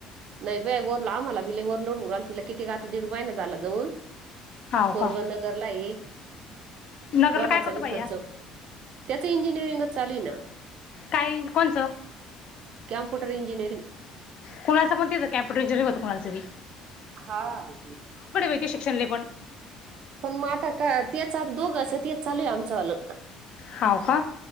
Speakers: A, on the right; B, on the left.
A: नाही बाई आम्हाला बी आता लय ओव्हरलोड हू रायला,, तिला किती ग आता दिड महिना झाला जाऊन.
B: हो
A: पोरगं
B: का
A: नगरलाए,
B: नगरला
A: दोघाचाबी
B: काय करतो बाई
A: खर्च
B: या
A: त्याचं इंजिनिअरिंगच चालूए ना.
B: काइंच कोणचं?
A: कँम्पुटर इजनिरिंग.
B: कुणालचं बी तेच होतं, कॅम्पुटर इंजयनिरिंग होतं कुणालचबी.
A: हां.
B: किती शिक्षन लयपण
A: पण मग आता का तेच, आता दोघाचं तेच चालूए आता आमचंवालं.
B: हाव का.